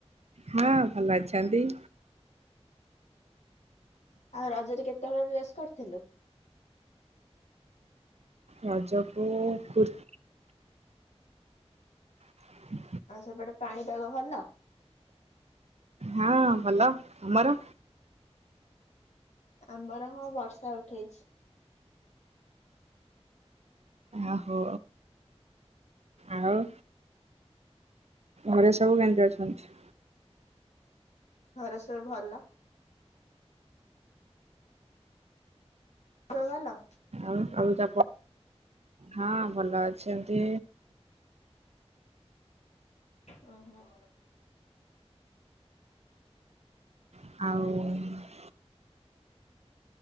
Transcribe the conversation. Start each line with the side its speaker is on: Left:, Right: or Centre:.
Right: ହଁ ଭଲ ଅଛନ୍ତି।
Left: ଆଉ ରଜରେ କେତେ ହଳ ଡ୍ରେସ୍ କରିଥିଲୁ?
Right: ରଜକୁ କୁର୍ <inaudible>
Left: ଆଉ ସେପଟେ ପାଣି ପାଗ ଭଲ?
Right: ହଁ ଭଲ ଆମର।
Left: ଆମର ହଁ ବର୍ଷା ଉଠେଇଛି।
Right: ଆ ଓହୋ ଆଉ। ଘରେ ସବୁ କେମିତି ଅଛନ୍ତି?
Left: ଘରେ ସବୁ ଭଲ। ତମେ ଭଲ।
Right: ଆଉ ଆଉ ତା ହଁ ଭଲ ଅଛି ଏମତି।
Left: ଅଁ ହଁ।
Right: ଆଉ।